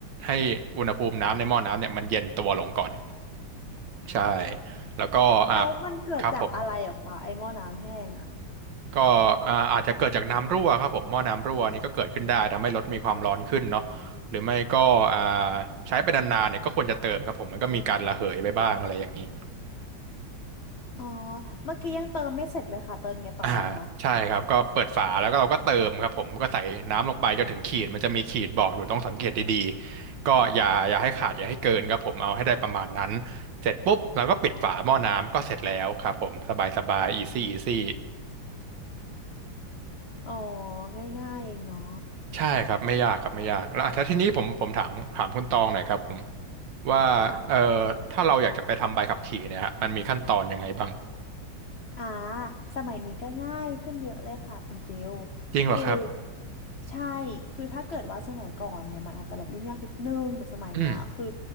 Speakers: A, on the right (about 65°); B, on the left (about 65°).
A: ให้อุณหภูมิน้ำในหม้อน้ำเนี่ยมันเย็นตัวลงก่อนใช่แล้วก็อ่า
B: แล้วมันเกิดจากอะไรเหรอคะไอหม้อน้ำแห้งอะ
A: ครับผม ก็อ่าอาจจะเกิดจากน้ำรั่วครับผมหม้อน้ำรั่วนี่ก็เกิดขึ้นได้ทำให้รถมีความร้อนขึ้นเนาะหรือไม่ก็อ่าใช้ไปนานๆเนี่ยก็ควรจะเติมครับผมมันก็มีการระเหยไปบ้างอะไรอย่างนี้
B: อ๋อเมื่อกี้ยังเติมไม่เสร็จเลยค่ะเติมไงต่อนะคะ
A: อ่าใช่ครับก็เปิดฝาแล้วก็เราก็เติมครับผมก็ใส่น้ำลงไปจนถึงขีดมันจะมีขีดบอกอยู่ต้องสังเกตดีๆก็อย่าอย่าให้ขาดอย่าให้เกินครับผมเอาให้ได้ประมาณนั้นเสร็จปุ๊บเราก็ปิดฝาหม้อน้ำก็เสร็จแล้วครับผมสบายสบายอีซี่อีซี่
B: อ๋อง่ายๆเองเนาะ
A: ใช่ครับไม่ยากครับไม่ยากแล้วอ่ะถ้าทีนี้ผมผมถามถามคุณตองหน่อยครับผม ว่าเอ่อ
B: ค่ะ
A: ถ้าเราอยากจะไปทำใบขับขี่เนี่ยฮะมันมีขั้นตอนยังไงบ้าง
B: อ่าสมัยนี้ก็ง่ายขึ้นเยอะเลยค่ะคุณฟิล
A: จริงเหรอครับ
B: คือใช่คือถ้าเกิดว่าสมัยก่อนเนี่ยมันอาจจะแบบยุ่งยากนิดนึงแต่สมัยเนี้ยคือ
A: อืม